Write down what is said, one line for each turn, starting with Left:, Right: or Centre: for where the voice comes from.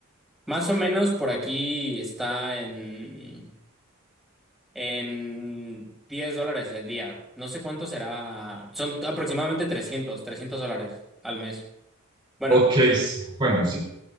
Centre: Más o menos por aquí está en, en 10 dólares el día. No sé cuánto será. Son aproximadamente trescientos 300 dólares al mes. Bueno,
Right: Ok, s- bueno, sí,